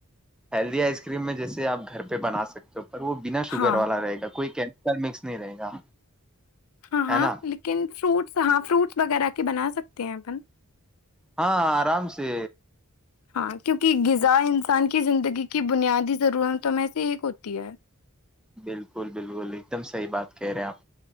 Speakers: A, in the centre; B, on the left (about 85°).
A: ہیلدی آئس کریم میں جیسے آپ گھر پہ بنا سکتے ہو پر وہ بنا شوگر
B: ہاں
A: والا رہے گا کوئی کہ کل مکس نہیں رہے گا
B: ہاں
A: ہے
B: ہاں
A: نا
B: لیکن فروٹس ہاں فروٹس وغیرہ کہ بنا سکتے ہیں اپن
A: ہاں آرام سے
B: ہاں کیونکہ غذا انسان کی زندگی کی بنیادی ضرورتوں میں سے ایک ہوتی ہے
A: بالکل بالکل ایک دم صحیح بات کہہ رہے آپ